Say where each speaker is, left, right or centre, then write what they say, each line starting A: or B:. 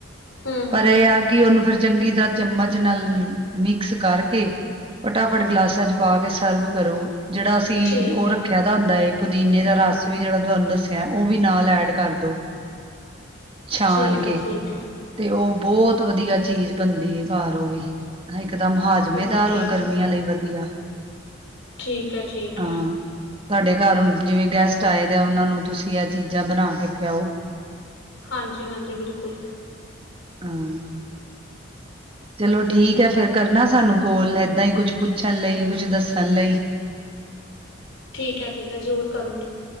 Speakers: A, on the left (about 90°); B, on the right (about 30°).
A: ਹੂੰ
B: ਪਰ
A: ਹੂੰ
B: ਇਹ ਆ ਕਿ ਉਹਨੂੰ ਫਿਰ ਚੰਗੀ ਤਰ੍ਹਾਂ ਚਮਚ ਨਾਲ ਮਿਕਸ ਕਰਕੇ ਫਟਾਫਟ ਗਲਾਸਾਂ ਚ' ਪਾ ਕੇ ਸਰਵ ਕਰੋ। ਜਿਹੜਾ ਕੀ
A: ਠੀਕ
B: ਉਹ
A: ਹੈ
B: ਰੱਖਿਆ ਦਾ ਹੁੰਦਾ ਏ ਪੁਦੀਨੇ ਦਾ ਰਸ ਵੀ ਜਿਹੜਾ ਤੁਹਾਨੂੰ ਦੱਸਿਆ ਉਹ ਵੀ ਨਾਲ ਐਡ ਕਰਦੋ। ਛਾਨ
A: ਠੀਕ
B: ਕੇ।
A: ਹੈ ਠੀਕ ਹੈ
B: ਤੇ ਉਹ ਬਹੁਤ ਵਧੀਆ ਚੀਜ਼ ਬਣਦੀ ਹੈ ਘਰ ਉਹ ਵੀ। ਇੱਕਦਮ ਹਾਜ਼ਮੇਦਾਰ
A: ਓਕੇ
B: ਔਰ ਗਰਮੀਆਂ ਲਈ ਵਧੀਆ।
A: ਠੀਕ ਹੈ, ਠੀਕ
B: ਹਾਂ।
A: ਹੈ।
B: ਤੁਹਾਡੇ ਘਰ ਜਿਵੇਂ ਗੈਸਟ ਆਏ ਆ ਉਹਨਾਂ ਨੂੰ ਤੁਸੀਂ ਆਹ ਚੀਜ਼ਾਂ ਬਣਾ ਕੇ ਪਿਆਓ।
A: ਹਾਂਜੀ -ਹਾਂਜੀ। ਬਿਲਕੁਲ
B: ਹਾਂ ਚਲੋ ਠੀਕ ਹੈ ਫੇਰ ਕਰਨਾ ਸਾਨੂੰ ਕੋਲ ਏਦਾਂ ਹੀ ਕੁਛ ਪੁੱਛਣ ਲਈ, ਕੁਛ ਦੱਸਣ ਲਈ।
A: ਠੀਕ ਹੈ, ਠੀਕ ਹੈ ਜ਼ਰੂਰ ਕਰੂਗੀ।